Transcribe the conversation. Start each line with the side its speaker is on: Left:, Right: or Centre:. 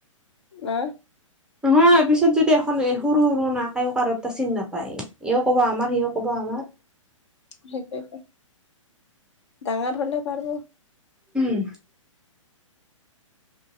Left: না?
Centre: নহয়, পিছত যদি এখন সৰু-সৰু না কায়ও কাৰো এটা চিনি নাপায়, ইও ক'ব আমাৰ, সিও ক'ব আমাৰ।
Left: সেইটেইতো, ডাঙৰ হলে পাৰ'ব।
Centre: উম।